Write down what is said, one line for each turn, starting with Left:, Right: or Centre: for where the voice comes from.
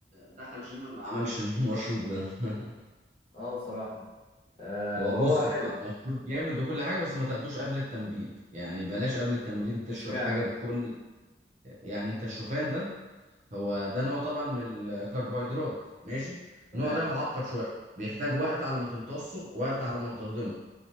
Right: دخل جيم ما عملش المشروب ده <laughs>
Left: اه بصراحة آه
Right: هو
Left: وهو
Right: بص
Left: حلو
Right: هو مشروب جامد وكل حاجة بس ما تاخدوش قبل التمرين يعني بلاش قبل التمرين تشرب
Left: اشمعنى
Right: حاجة بكل يعني انت الشوفان ده هو ده نوع طبعا من الكربوهيدرات ماشي
Left: تمام
Right: النوع ده معقد شويه بيحتاج وقت على ما تمتصه وقت على ما تهضمه